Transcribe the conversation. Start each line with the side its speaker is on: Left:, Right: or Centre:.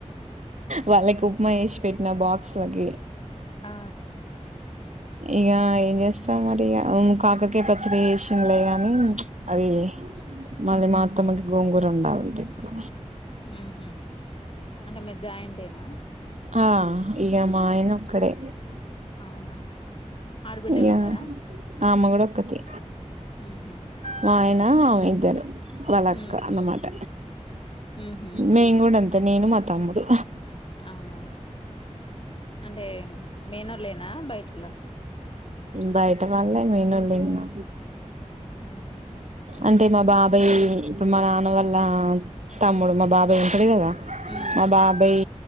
Right: వాళ్ళకి ఉప్మా చేశి పెట్టిన బాక్స్ లకి
Left: ఆ
Right: ఇగ ఏం చేస్తాం మరి ఇగ కాకరకాయ ప చ్చడి చేశిన్లే గాని అది మళ్ళీ మా అత్తమ్మకి గోంగూర ఒండాలంట ఇప్పుడు.
Left: ఉహ్ అంటే మీరు జాయింటేనా
Right: ఆ ఇగ మా ఆయన ఒక్కడే.
Left: అవునా ఆడబిడ్డలు
Right: యా
Left: ఉన్నారా
Right: ఆమె కూడా ఒక్కతి.
Left: హుహు
Right: మా ఆయన ఇద్దరు వాళ్ళక్క
Left: ఉహు
Right: అన్నమాట
Left: ఉహు
Right: మేం కూడా అంతే నేను మా తమ్ముడు
Left: అవునా అంటే మేనోల్లేనా బయటోల్లా
Right: బయట వాళ్లే మేనోళ్లె నా
Left: హ్మ్ హు
Right: అంటే మా బాబాయ్ ఇప్పుడు మా నాన్న వాళ్ళ తమ్ముడు మా బాబాయ్ ఉంటాడు కదా.
Left: ఉ
Right: మా బాబాయ్